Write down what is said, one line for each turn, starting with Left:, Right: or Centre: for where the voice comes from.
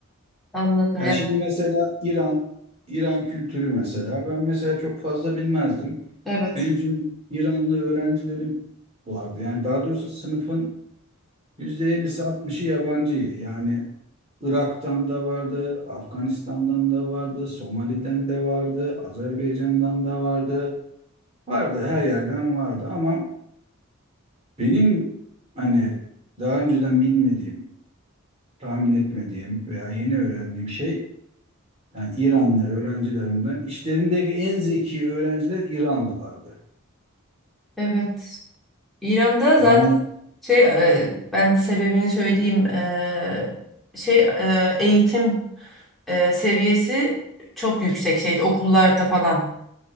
Centre: Anladım
Right: Yani
Centre: yani.
Right: şimdi mesela İran, İran kültürü mesela ben mesela çok fazla bilmezdim.
Centre: Evet,
Right: Benim şimdi İranlı öğrencilerim vardı. Yani daha doğrusu sınıfın %50'si altmışı yabancıydı. Yani Irak'tan da vardı, Afganistan'dan da vardı, Somali'den de vardı, Azerbaycan'dan da vardı. Vardı her yerden vardı ama benim hani daha önceden bilmediğim, tahmin etmediğim veya yeni öğrendiğim şey yani İranlı öğrencilerimden işlerindeki en zeki öğrenciler İranlılardı.
Centre: evet. İran'da zaten
Right: Yani
Centre: şey e, ben sebebini söyleyeyim E, şey e, eğitim e, seviyesi çok yüksek şeyde okullarda falan.